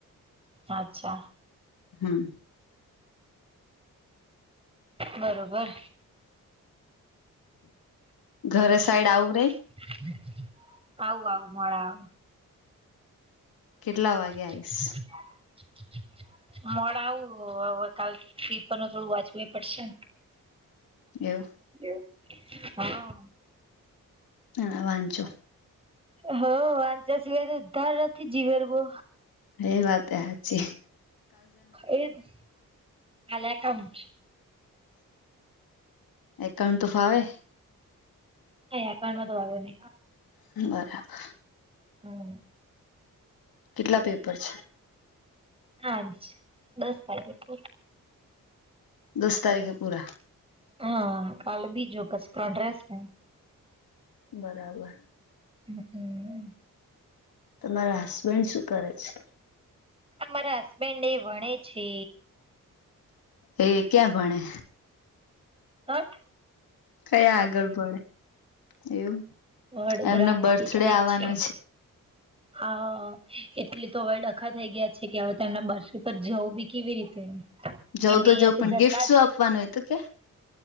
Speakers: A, on the right (about 15°); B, on the left (about 85°).
A: અચ્છા.
B: હમ.
A: બરાબર.
B: ઘરે સઈડ આવ પે.
A: હ <inaudible> આવ આવ મોડા આવ.
B: કેટલા
A: <inaudible>
B: વાગે આવીશ
A: મળ આવું હવે કાલ તીરપ ન થોડું વાંચવું પડશે.
B: એવું.
A: એવ હા.
B: હા વાંચો.
A: હ વાંચ સિવાય ઉ્ધાર નથી જીવેર બો.
B: એ વાત હ છેી.
A: એા એકાઉન્ટ.
B: એકણ તો ફાવે.
A: હાયાકાઉમાં તો વાળો નહી.
B: બરાબર.
A: હમ
B: કેટલા પેપર છે?
A: આજ દસ તારીખ.
B: દસ તારીખે પૂરા.
A: હા કાલે બીજું કશ તો રહેશે.
B: બરાબર.
A: હ હમ.
B: તમારા હસબેન્ડ શું કરે છે.
A: મારા હસબેન્ડને વણે છે.
B: એ ક્યાં ભણે
A: હા.
B: કયા આગળ પડે એવું.
A: વડોદરા
B: એમનો
A: આઈતી
B: બર્થડે
A: કરે
B: આવવાનો
A: છે. હા એટલે તો હવે ડખા થઈ ગયા છે કે હવેમને બરફ પર જવું બી કેવી રીતે. કેમ
B: જઉ
A: કે અહિયાંથી
B: તો જઉં પણ
A: જતા
B: ગિફ્ટ શું
A: જ
B: આપવાનું હોય તો કે.